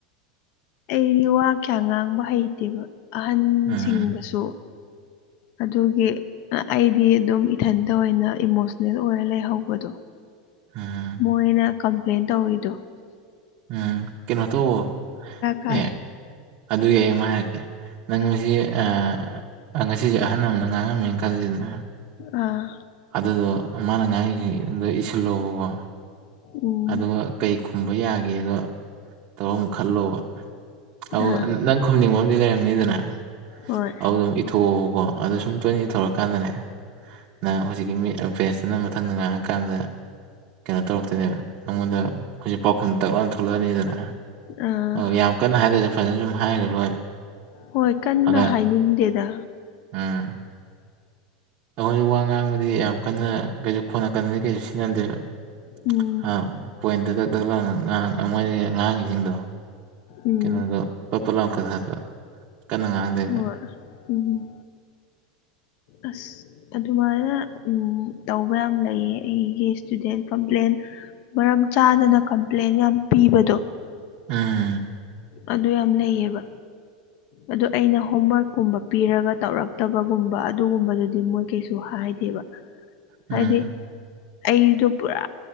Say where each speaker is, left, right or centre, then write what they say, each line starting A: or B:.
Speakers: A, on the left (about 45°); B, on the right (about 40°).
A: ꯑꯩꯗꯤ ꯋꯥ ꯀꯌꯥ ꯉꯥꯡꯕ ꯍꯩꯇꯦꯕ ꯑꯍꯟꯁꯤꯡꯗꯁꯨ
B: ꯎꯝ
A: ꯑꯗꯨꯒꯤ ꯑꯩꯗꯤ ꯑꯗꯨꯝ ꯏꯊꯟꯇ ꯑꯣꯏꯅ ꯏꯃꯣꯁꯅꯦꯜ ꯑꯣꯏꯔ ꯂꯩꯍꯧꯕꯗꯣ
B: <unintelligible>
A: ꯃꯣꯏꯅ ꯀꯝꯄꯂꯦꯟ ꯇꯧꯋꯤꯗꯣ
B: ꯑꯥ ꯀꯩꯅꯣ ꯇꯥꯎꯋꫭ
A: ꯀꯥꯏ
B: ꯑꯦ ꯑꯗꯨꯏ ꯑꯩ ꯑꯃꯥ ꯍꯥꯏꯔꯛꯀꯦ ꯅꯪ ꯉꯁꯤ ꯑꯥ ꯑꯥ ꯉꯁꯤꯖꯦ ꯑꯍꯟ ꯑꯃꯅ ꯉꯥꯡ ꯉꯝꯃꯦꯅ ꯈꯜꯂꯖꯤꯗꯅ
A: ꯑꯥ
B: ꯑꯗꯨꯗꯣ ꯃꯥꯅ ꯉꯥꯡꯉꯤꯖꯦ ꯂꯣꯏ ꯏꯁꯤꯜꯂꯣꯕꯀꯣ
A: ꯎꯝ
B: ꯑꯗꯨꯒ ꯀꯩ ꯈꯨꯝꯕ ꯌꯥꯒꯦꯗꯣ ꯇꯧꯔ ꯑꯃꯨꯛ ꯈꯜꯂꯣꯕ ꯑꯗꯨꯒ
A: ꯑꯥ
B: ꯅꯪ ꯈꯝꯅꯤꯡꯕ ꯑꯃꯥꯗꯤ ꯂꯩꯔꯝꯅꯤꯗꯅ
A: ꯍꯣꯏ
B: ꯑꯗꯨꯗꯣ ꯑꯃꯨꯛ ꯏꯊꯣꯛꯑꯣꯕꯀꯣ ꯑꯗꯨ ꯁꯨꯝ ꯇꯣꯏꯅ ꯏꯊꯣꯔꯛꯑꯀꯥꯟꯗꯅꯦ ꯅꯪ ꯍꯧꯖꯤꯛꯀꯤ ꯃꯤ ꯐ꯭ꯔꯦꯟꯁꯇꯨꯅ ꯃꯊꯪꯗ ꯉꯥꯡꯉꯥꯛꯀꯥꯟꯗ ꯀꯩꯅꯣ ꯇꯧꯔꯛꯇꯣꯏꯅꯦꯕ ꯅꯪꯉꯣꯟꯗ ꯍꯧꯖꯤꯛ ꯄꯥꯎꯈꯨꯝ ꯇꯛꯂꯥꯎꯅ ꯊꯣꯛꯂꯛꯑꯅꯤꯗꯅ
A: ꯑꯥ
B: ꯑꯣ ꯌꯥꯝ ꯀꯟꯅ ꯍꯥꯏꯗ꯭ꯔꯖꯨ ꯐꯖꯅ ꯁꯨꯝ ꯍꯥꯏꯈꯔ ꯂꯣꯏꯔꯦ
A: ꯍꯣꯏ ꯀꯟꯅ
B: ꯑꯗ
A: ꯍꯥꯏꯅꯤꯡꯗꯦꯗ
B: ꯎꯝ ꯑꯩꯈꯣꯏꯖꯨ ꯋꯥ ꯉꯥꯡꯕꯗꯤ ꯌꯥꯝ ꯀꯟꯅ ꯀꯩꯁꯨ ꯈꯣꯟ ꯑꯀꯟꯕꯗꯤ ꯀꯩꯁꯨ ꯁꯤꯖꯤꯟꯅꯗꯦꯕ
A: ꯎꯝ
B: <unintelligible> ꯄꯣꯏꯟꯇ ꯗꯛ ꯗꯛ ꯂꯥꯎꯅ ꯉꯥꯡ ꯃꯣꯏꯅ ꯉꯥꯡꯉꯤꯖꯤꯡꯗꯣ
A: ꯎꯝ
B: ꯀꯩꯅꯣꯗꯣ ꯄꯠ ꯄꯠ ꯂꯥꯎꯅ ꯀꯠꯊꯠꯄ ꯀꯟꯅ ꯉꯥꯡꯗꯦꯗ
A: ꯍꯣꯏ ꯎꯝ ꯑꯁ ꯑꯗꯨꯃꯥꯏꯅ ꯎꯝ ꯇꯧꯕ ꯌꯥꯝ ꯂꯩꯌꯦ ꯑꯩꯒꯤ ꯏꯁꯇꯨꯗꯦꯟ ꯀꯝꯄ꯭ꯂꯦꯟ ꯃꯔꯝ ꯆꯥꯗꯅ ꯀꯝꯄ꯭ꯂꯦꯟ ꯌꯥꯝ ꯄꯤꯕꯗꯣ
B: ꯎꯝ
A: ꯑꯗꯨ ꯌꯥꯝ ꯂꯩꯌꯦꯕ ꯑꯗꯣ ꯑꯩꯅ ꯍꯣꯝꯋꯥꯔꯛ ꯀꯨꯝꯕ ꯄꯤꯔꯒ ꯇꯧꯔꯛꯇꯕꯒꯨꯝꯕ ꯑꯗꯨꯒꯨꯝꯕꯗꯨꯗꯤ ꯃꯣꯏ ꯀꯩꯁꯨ ꯍꯥꯏꯗꯦꯕ
B: ꯎꯝ
A: ꯍꯥꯏꯗꯤ ꯑꯩꯗꯣ ꯄꯨꯔꯥ